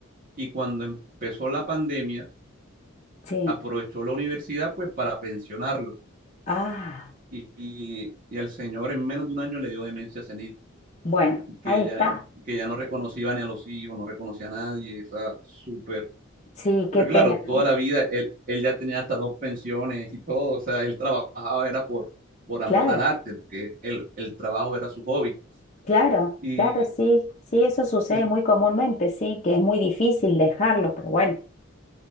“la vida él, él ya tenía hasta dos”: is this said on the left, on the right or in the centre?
Right